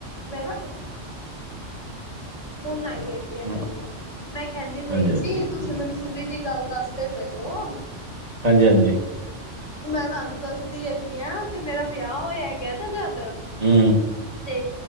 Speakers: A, on the left (about 85°); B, on the right (about 35°).
A: ਮੈਂ ਹਾਂਜੀ ਹੁਣ ਆਈ ਏ। ਗਈ ਏ
B: ਹਾਂ
A: ਮੈਨੂੰ, ਮੈਂ ਕੈਂਦੀ
B: ਹਾਂਜੀ
A: ਪਈ
B: ਹਾਂਜੀ
A: ਸੀ ਤੁਸੀਂ ਮਨਸੂਰੀ ਦੀ ਗੱਲ ਦੱਸਦੇ ਪਏ ਓ।
B: ਹਾਂਜੀ, ਹਾਂਜੀ।
A: ਮੈਂ ਤੁਆਨੂੰ ਦੱਸਦੀ ਹੈਗੀ ਆ ਤੇ ਮੇਰਾ ਵਿਆਹ ਹੋਇਆ ਹੈਗਾ ਨਾ ਜਦ
B: ਹੂੰ
A: ਤੇ